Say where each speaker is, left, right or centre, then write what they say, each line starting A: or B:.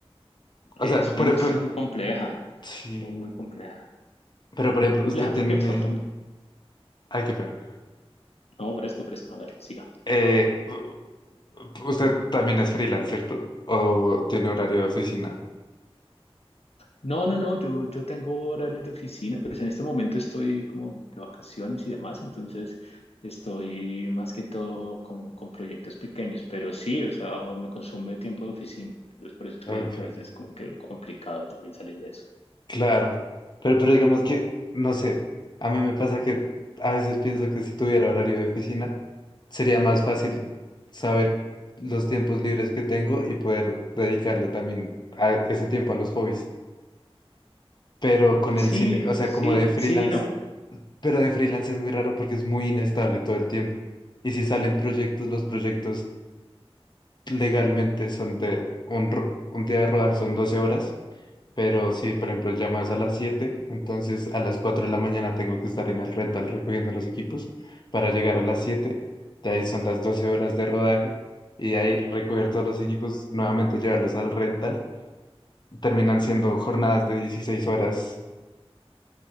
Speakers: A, on the left; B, on the left.
A: Es
B: O sea, por,
A: una industria
B: por-
A: muy compleja,
B: sí,
A: muy, muy compleja.
B: pero por ejemplo,
A: Muy compleja
B: usted tiene,
A: porque falta... mu-
B: ay, qué pena.
A: No, fresco, fresco, hágale, siga.
B: Eh, u- u- usted también es freelance, ¿cierto? ¿O tiene horario de oficina?
A: No, no, no, yo, yo tengo horarios de oficina, pues en este momento estoy como de vacaciones y demás, entonces estoy más que todo con, con proyectos pequeños, pero sí, o sea, me consume tiempo de oficina, entonces por eso que
B: Ok.
A: le digo que a veces es como que complicado también salir de eso.
B: Claro, pero, pero digamos que, no sé, a mí me pasa que a veces pienso que si tuviera horario de oficina, sería más fácil saber los tiempos libres que tengo y poder dedicarle también a ese tiempo a los hobbies. Pero con
A: Sí,
B: el cine, o sea,
A: sí,
B: como de freelance,
A: sí, y no.
B: pero de freelance es muy raro porque es muy inestable todo el tiempo. Y si salen proyectos, los proyectos legalmente son de un, ro- un día de rodaje son doce horas Pero sí, por ejemplo, el llamado es a las siete entonces a las 4 de la mañana tengo que estar en el rental recogiendo los equipos para llegar a las siete de ahí son las 12 horas de rodaje y de ahí recoger todos los equipos, nuevamente llevarlos al rental, terminan siendo jornadas de dieciséis horas.